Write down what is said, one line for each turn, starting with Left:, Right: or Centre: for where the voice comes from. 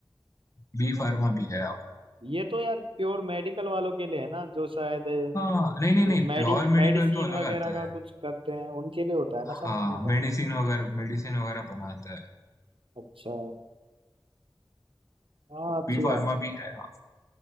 Left: बी फार्मा भी है आपका
Right: ये तो यार प्योर मेडिकल वालों के लिए है ना जो शायद
Left: हाँ नहीं नहीं
Right: जो
Left: नहीं
Right: मेडि
Left: प्योर मेडिकल
Right: मेडिसिन
Left: तो अलग
Right: वगैरह
Left: आता
Right: का
Left: है
Right: कुछ करते हैं उनके लिए होता है ना
Left: हाँ
Right: शायद बी फार्मा
Left: मेडिसिन वगैरह मेडिसिन वगैरह बनाता है
Right: अच्छा हाँ
Left: तो
Right: अच्छी
Left: बी
Right: बात
Left: फार्मा भी है हाँ।